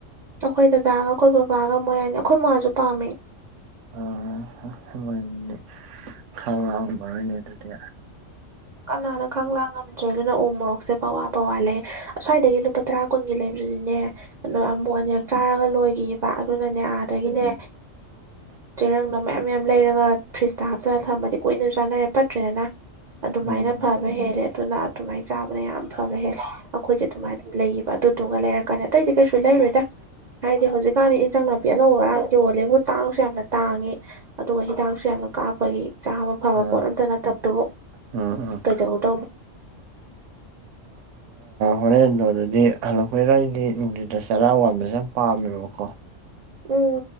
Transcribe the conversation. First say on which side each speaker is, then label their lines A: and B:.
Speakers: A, on the right; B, on the right.
A: ꯑꯩꯈꯣꯏ ꯗꯗꯥꯒ ꯑꯩꯈꯣꯏ ꯕꯕꯥꯒ ꯃꯣꯏ ꯍꯥꯏꯅꯤ ꯑꯩꯈꯣꯏ ꯃꯥꯁꯨ ꯄꯥꯝꯃꯤ
B: ꯑꯣꯣꯏꯅꯦ ꯍ ꯍꯣꯏꯅꯦ ꯑꯗꯨꯗꯤ
A: ꯀꯅꯥꯅ ꯀꯪꯂꯥ ꯉꯝꯗ꯭ꯔꯦ ꯑꯗꯨꯅ ꯎ ꯃꯣꯔꯣꯛꯁꯦ ꯄꯋꯥꯕꯋꯥꯠ ꯂꯩꯦ ꯑꯁ꯭ꯋꯥꯏꯗꯒꯤ ꯂꯨꯄꯥ ꯇꯔꯥ ꯀꯨꯟꯒꯤ ꯂꯩꯕꯗꯨꯗꯤꯅꯦ ꯑꯗ ꯑꯃꯨꯛ ꯑꯅꯤꯔꯛ ꯆꯥꯔꯒ ꯂꯣꯏꯈꯤ ꯑꯗꯨꯅꯅꯦ ꯑꯥꯗꯒꯤꯅꯦ ꯆꯦꯔꯪꯗꯣ ꯃꯌꯥꯝ ꯃꯌꯥꯝ ꯂꯩꯔꯒ ꯐ꯭ꯔꯤꯖꯇ ꯍꯥꯞꯆꯜꯂꯒ ꯊꯃꯗꯤ ꯀꯨꯏꯅꯁꯨ ꯆꯥꯅꯔꯦ ꯄꯠꯇ꯭ꯔꯦꯗꯅ ꯑꯗꯨꯃꯥꯏꯅ
B: ꯎꯝ
A: ꯐꯕ ꯍꯦꯜꯂꯦ ꯑꯗꯨꯅ ꯑꯗꯨꯃꯥꯏꯅ ꯆꯥꯕꯅ ꯌꯥꯝ ꯐꯋꯦ ꯍ ꯑꯩꯈꯣꯏꯗꯤ ꯑꯗꯨꯃꯥꯏꯅ ꯑꯗꯨꯝ ꯂꯩꯌꯦꯕ ꯑꯗꯨꯗꯨꯒ ꯂꯩꯔ ꯀꯅ ꯑꯇꯩꯗꯤ ꯀꯩꯁꯨ ꯂꯩꯔꯦꯗ ꯍꯥꯏꯗꯤ ꯍꯧꯖꯤꯛꯀꯥꯟꯗꯤ ꯏꯟꯖꯥꯡ ꯅꯥꯄꯤ ꯑꯅꯧꯕ ꯑꯔꯥꯡ ꯌꯣꯜꯂꯦꯕꯨ ꯇꯥꯡꯁꯨ ꯌꯥꯝꯅ ꯇꯥꯡꯏꯤ ꯑꯗꯨꯒ ꯍꯤꯗꯥꯛꯁꯨ ꯌꯥꯝꯅ ꯀꯥꯞꯄꯒꯤ ꯆꯥꯕ ꯐꯕ
B: ꯑ
A: ꯄꯣꯠ ꯑꯝꯇ ꯅꯠꯇꯕꯗꯨꯕꯨ
B: ꯎꯝ ꯎꯝ
A: ꯀꯩꯗꯧꯗꯧꯅꯣ <inaudible>
B: ꯍꯣꯔꯦꯟꯗꯣ ꯑꯗꯨꯗꯤ ꯍꯜꯂꯛꯄꯔ ꯑꯩꯗꯤ ꯅꯨꯡꯊꯠꯇ ꯆꯔꯥ ꯋꯥꯟꯕ ꯆꯝ ꯄꯥꯝꯀꯣ
A: ꯎꯝ